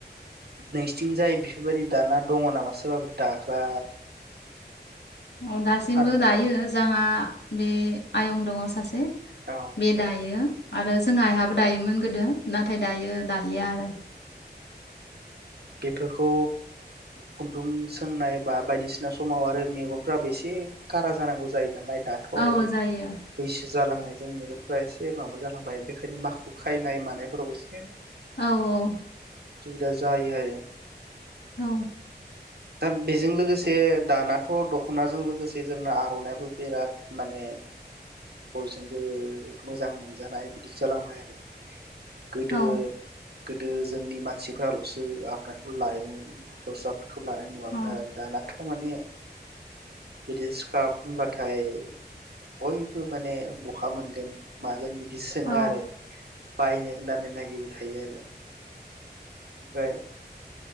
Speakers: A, on the right; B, on the left.
A: नोंसिथिंजाय बिफोरबायदि दाना दङ नामा सोरबाफोर थाग्रा?
B: औ दासिमबो
A: फाननो
B: दायो जांहा बे आयं दङ सासे।
A: औ
B: बे दायो आरो जों आइहाबो दायोमोन। गोदो नाथाय दायो दालाया आरो
A: बेफोरखौ खुन्दुं सोंनाय बा बायदिसिना समाव आरो मेगनफोराबो एसे गारां जानांगौ जायो नालाय। दाथ' आरो
B: औ जायो
A: बैसो जालांनायजों मेगनफ्रा एसे माबा जालांबाय बेखायनो माखु खायनाय मानायफोराव एसे
B: औ औ
A: दा जायो आरो
B: औ
A: दा बेजों लोगोसे दानाथ' दख'नाजों लोगोसे जोंना आर'नायाबो बिराद माने बयजोंबो मोजां मोनजानाय बिदि जालांबाय आरो। गोदो
B: औ
A: गोदो जोंनि मा सिफ्राल'सो आर'नाइखौ लायोमोन दस्रा फोरखौ लानाय नुवामोन
B: औ
A: आरो दा नाथ खौ माने बिदि स्काप होनबाथाय बयबो माने बहा मोनगोन मागोन बि बिदि सोङो
B: औ
A: आरो बायनो होननानै नागिरबाय थायो आरो ओमफ्राय